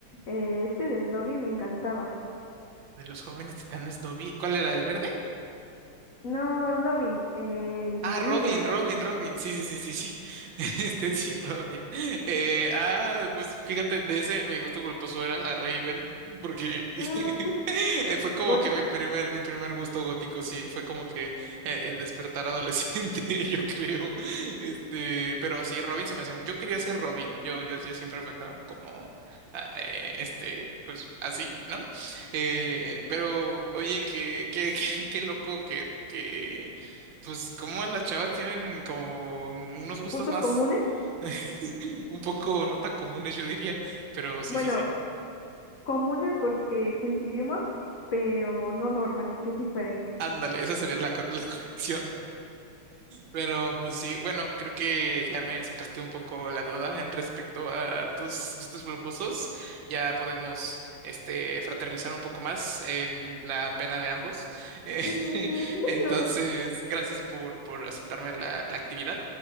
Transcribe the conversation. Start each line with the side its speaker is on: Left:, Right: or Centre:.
Left: Eh, este de Dobby me encantaba.
Right: De los jóvenes titanes Dobby. ¿Cuál era? ¿El verde?
Left: No, Dobby el
Right: Ah,
Left: líder.
Right: Robin, Robin, Robin. Sí, sí, sí, sí, sí. <laughs> Este sí, Robin. Eh, ah, pues fíjate, de ese mi gusto culposo era la Raven, porque <laughs>
Left: Mm,
Right: eh, fue como
Left: Gótica,
Right: que mi primer, mi primer gusto gótico, sí, fue como que eh, el despertar adolescente, <laughs> yo creo. Este, pero sí, Robin se me hacía. mu- Yo quería ser Robin. Yo, yo, yo siempre fue como, como, ah, eh, este, pues así, ¿no? Eh, pero oye, qué, qué, <laughs> qué, qué loco que que pues como las chavas tienen como unos gustos
Left: gustos
Right: más
Left: comunes.
Right: <laughs> un poco no tan comunes, yo diría, pero sí,
Left: Bueno,
Right: sí, sí.
Left: comunes porque coincidimos, pero no normales, que es diferente.
Right: Ándale, esa sería la, cor- la corrección. Pero pues sí, bueno, creo que ya me sacaste un poco la duda en respecto a tus gustos culposos. Ya podemos este fraternizar un poco más en la pena de ambos. Eh, <laughs>
Left: Sí, sí, <laughs>
Right: entonces,
Left: no,
Right: gracias por, por aceptarme la, la actividad.